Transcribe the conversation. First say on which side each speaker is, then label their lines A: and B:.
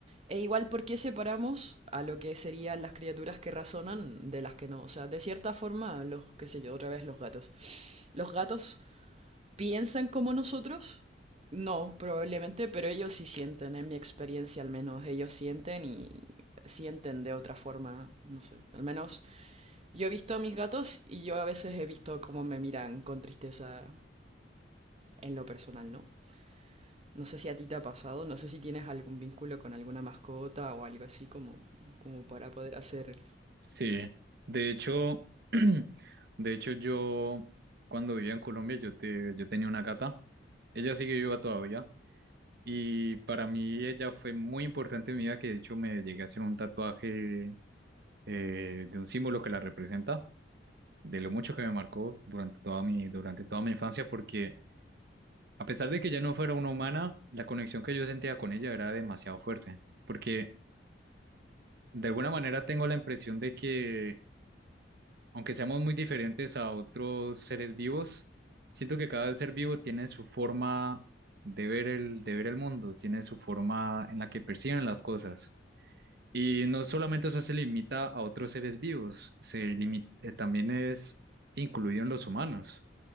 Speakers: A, on the right (about 35°); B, on the right (about 60°).
A: e igual por qué separamos a lo que serían las criaturas que razonan de las que no. O sea, de cierta forma, los, qué sé yo, otra vez los gatos. Los gatos piensan como nosotros. No, probablemente, pero ellos sí sienten, en mi experiencia al menos, ellos sienten y sienten de otra forma, no sé. Al menos yo he visto a mis gatos y yo a veces he visto cómo me miran con tristeza en lo personal, ¿no? No sé si a ti te ha pasado, no sé si tienes algún vínculo con alguna mascota o algo así como, como para poder hacer.
B: Sí, de hecho, <clears throat> de hecho yo cuando vivía en Colombia yo, te, yo tenía una gata, ella sigue viva todavía y para mí ella fue muy importante en mi vida que de hecho me llegué a hacer un tatuaje eh, de un símbolo que la representa, de lo mucho que me marcó durante toda mi, durante toda mi infancia porque a pesar de que ella no fuera una humana, la conexión que yo sentía con ella era demasiado fuerte porque de alguna manera tengo la impresión de que aunque seamos muy diferentes a otros seres vivos, siento que cada ser vivo tiene su forma de ver el, de ver el mundo, tiene su forma en la que perciben las cosas. Y no solamente eso se limita a otros seres vivos, se limi- eh, también es incluido en los humanos